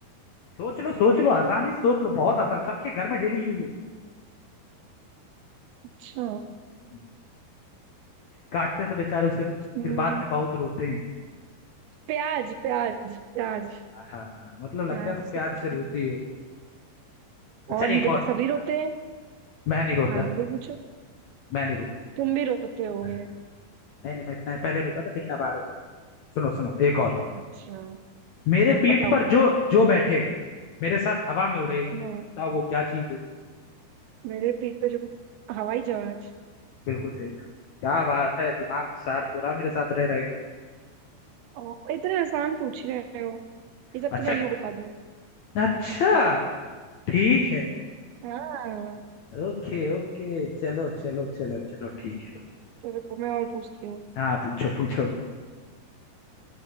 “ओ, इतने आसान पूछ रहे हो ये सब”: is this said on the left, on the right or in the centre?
Right